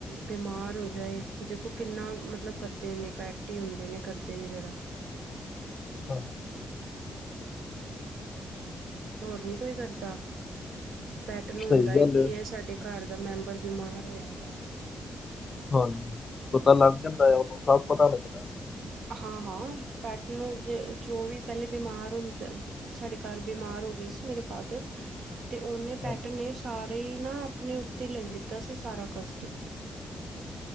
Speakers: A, on the right (about 80°); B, on the left (about 30°).
A: ਬਿਮਾਰ ਹੋ ਜਾਏ ਤਾਂ ਦੇਖੋ ਕਿੰਨਾ ਮਤਲਬ ਕਰਦੇ ਨੇ ਪੈਟ ਟੀ ਹੁੰਦੇ ਨੇ ਕਰਦੇ ਨੇ ਜਿਹੜਾ।
B: ਹਾਂਜੀ।
A: ਹੋਰ ਨੀ ਕੋਈ ਕਰਦਾ ਪੈਟਰ ਨੂੰ
B: ਸਹੀ
A: ਹੁੰਦਾ ਹੈ
B: ਗੱਲ
A: ਕੀ ਇਹ ਸਾਡੇ ਘਰ ਦਾ ਮੈਂਬਰ ਬਿਮਾਰ ਹੋਇਆ ਦਾ।
B: ਹਾਂਜੀ। ਪਤਾ ਲੱਗ ਜਾਂਦਾ ਉਹਨੂੰ ਸਭ ਪਤਾ ਲੱਗਦਾ।
A: ਹਾਂ, ਹਾਂ। ਪੈਟ ਨੂੰ ਜੋ ਵੀ ਪਹਿਲੇ ਬਿਮਾਰ ਹੁੰਦਾ। ਸਾਡੇ ਘਰ ਬਿਮਾਰ ਹੋ ਗਏ ਸੀ ਮੇਰੇ ਫਾਦਰ। ਤੇ ਉਹਨੇ ਪੈਟ
B: ਹਾਂਜੀ,
A: ਨੇ ਸਾਰੇ ਹੀ ਨਾ ਆਪਣੇ ਉੱਤੇ ਲੈ ਲਿੱਤਾ ਸੀ ਸਾਰਾ ਕਸ਼ਟ।